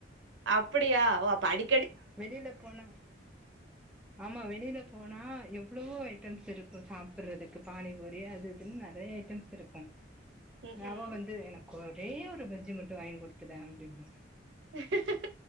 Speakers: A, on the right; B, in the centre.
A: அப்படியா ஒ படி
B: வெளில போனா ஆமா வெளில போனா எவ்ளவோ ஐட்டம்ஸ் இருக்கும் சாப்பிடுறதுக்கு பானிபூரி அது இதுன்னு நறைய டம்ஸ் இருக்கும்
A: ம் ம்
B: அவ வந்து எனக்கு ஒரே ஒரு பஜ்ஜி மட்டு வாங்கி் கொடுத்துறே அப்டிம்பா
A: ஹ